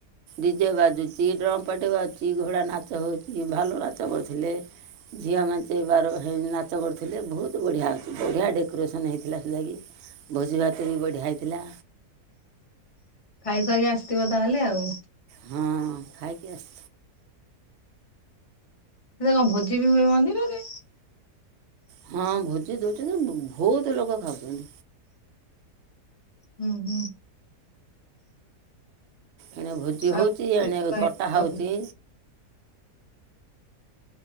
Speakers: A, on the right (about 75°); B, on the left (about 35°).
A: ଡିଜେ ବାଜୁଚି, ଡ୍ରମ୍ ପାଟି ବାଜୁଚି, ଘୋଡ଼ା ନାଚ ହୋଉଚି ଭାଲୁ ନାଚ କରୁଥିଲେ। ଝିଅ ମେଞ୍ଚେ ବାର ହେ ନାଚ କରୁଥିଲେ ବୋହୁତ ବଢ଼ିଆ ହେଛି ବଢ଼ିଆ ଡେକୋରେସନ୍ ହେଇଥିଲା ସେଟାଗି। ଭୋଜି ଭାତ ବି ବଢ଼ିଆ ହେଇଥିଲା।
B: ଖାଇ ଖୁଆକି ଆସିଥିବ ତାହେଲେ ଆଉ।
A: ହଁ ଖାଇକି ଆସ୍
B: ସେ କଣ ଭୋଜି ବି ହୁଏ ମନ୍ଦିରରେ?
A: ହଁ ଭୋଜି ଦୋଉଛନ୍ତି, ଭୋଉତ ଲୋକ ଖାଉଛନ୍ତି।
B: ହୁଁ ହୁଁ।
A: ଏଣେ ଭୋଜି
B: ଆଉ
A: ହୋଉଚି, ଏଣେ
B: ଦେଖିବା
A: କଟା ହୋଉଚି।